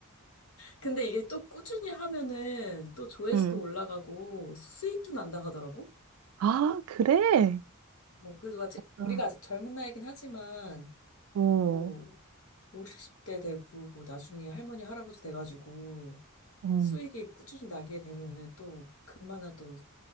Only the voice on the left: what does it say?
근데 이게 또 꾸준히 하면은 또 조회수도
올라가고 수익도 난다 하더라고.
뭐 그래서 아직
우리가 아직 젊은 나이긴 하지만
뭐 5, 60대 되고 뭐 나중에 할머니 할아버지 돼가지고
수익이 꾸준히 나게 되면은 또 그만한 또